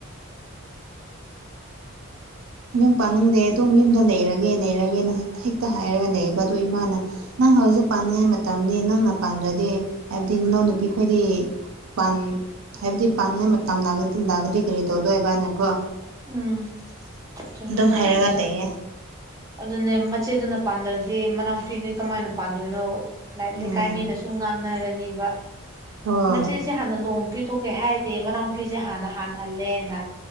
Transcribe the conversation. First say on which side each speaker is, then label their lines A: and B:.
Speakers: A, on the right; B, on the right.
A: ꯌꯨꯝ ꯄꯥꯟꯅꯤꯡꯗꯦ ꯑꯗꯨꯝ ꯌꯨꯝꯗ ꯂꯩꯔꯒꯦ ꯂꯩꯔꯒꯦꯅ ꯍꯥꯏ ꯍꯦꯛꯇ ꯍꯥꯏꯔꯒ ꯂꯩꯌꯦꯕ ꯑꯗꯨ ꯏꯃꯥꯅ ꯅꯪ ꯍꯧꯖꯤꯛ ꯄꯥꯟꯅꯤꯡꯉꯥꯏ ꯃꯇꯝꯅ‌ꯦ ꯅꯪꯅ ꯄꯥꯟꯗ꯭ꯔꯗꯤ ꯍꯥꯏꯕꯗꯤ ꯅꯅꯥꯎꯅꯨꯄꯤ ꯈꯣꯏꯗꯤ ꯄꯥꯟ ꯍꯥꯏꯕꯗꯤ ꯄꯥꯟꯅꯤꯡꯉꯥꯏ ꯃꯇꯝ ꯂꯥꯛꯑ ꯂꯥꯛꯑꯒꯗꯤ ꯀꯔꯤ ꯇꯧꯗꯣꯏꯕꯅꯀꯣ
B: ꯎꯝ ꯆꯃꯦ
A: ꯑꯗꯨꯝ
B: ꯍꯥꯥꯏ
A: ꯍꯥꯏꯔꯒ
B: ꯑꯗꯨꯖꯨ
A: ꯂꯩꯌꯦ
B: ꯑꯗꯨꯅꯦ ꯃꯆꯦꯗꯨꯅ ꯄꯥꯟꯗ꯭ꯔꯗꯤ ꯃꯅꯥꯎꯄꯤꯅ ꯀꯃꯥꯏꯅ ꯄꯥꯟꯗꯣꯏꯅꯣ ꯂꯩꯀꯥꯏ
A: ꯎꯝ
B: ꯃꯤꯅꯁꯨ ꯁꯨꯝ ꯉꯥꯡꯅꯔꯅꯤꯕ
A: ꯍꯣꯏ
B: ꯃꯆꯦꯠ ꯁꯦ ꯍꯥꯟꯅ ꯂꯨꯍꯣꯡ ꯄꯤꯊꯣꯛꯀꯦ ꯍꯥꯏꯗꯦ ꯃꯅꯥꯎꯅꯨꯄꯤꯁꯦ ꯍꯥꯟꯅ ꯍꯥꯟꯍꯜꯂꯦꯅ